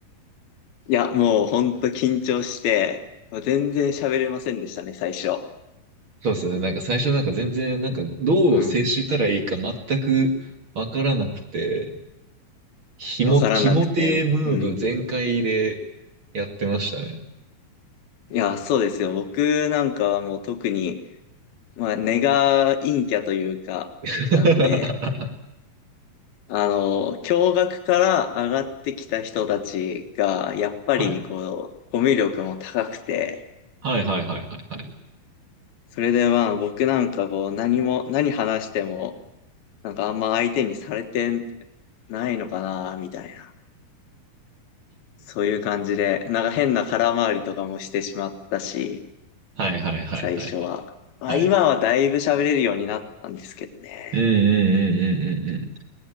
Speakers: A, on the left; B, on the right.
A: いや、もうほんと緊張して、全然喋れませんでしたね、最初。
B: そうですね。なんか最初なんか全然なんかどう接したらいいか全くわからなくて、
A: うん。
B: ひも、
A: わからなくて。
B: ひもてムーブ全開で
A: うん。
B: やってましたね。
A: いや、そうですよ。僕なんかはもう特に、まあ、根が陰キャというか、
B: <laughs>
A: なので、あの、共学から上がってきた人たちが、やっぱりこう、
B: はい。
A: コミュ力も高くて、
B: はいはいはいはいはい。
A: それでまあ僕なんかこう、何も、何話しても、なんかあんま相手にされてないのかな、みたいな。そういう感じで、なんか変な空回りとかもしてしまったし、
B: はいはいはいはい
A: 最初は。まあ今はだいぶ喋れるようになったんですけどね。
B: はい。うんうんうんうんうんうん。